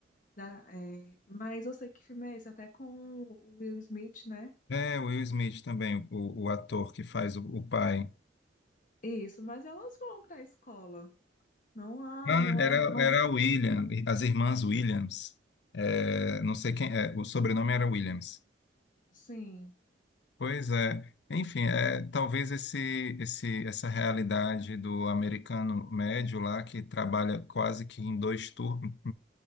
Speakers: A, on the left; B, on the left.
A: Da, é, mas eu sei que filme é esse, até com o Will Smith, né?
B: É, o Will Smith também, o, o ator que faz o, o pai.
A: Isso, mas elas vão para a escola. Não há,
B: Ah,
A: não
B: era,
A: é
B: era
A: escola
B: a William,
A: não.
B: as irmãs Williams. É, não sei quem, é, o sobrenome era Williams.
A: Sim.
B: Pois é. Enfim, é, talvez esse, esse, essa realidade do americano médio lá, que trabalha quase que em dois turnos,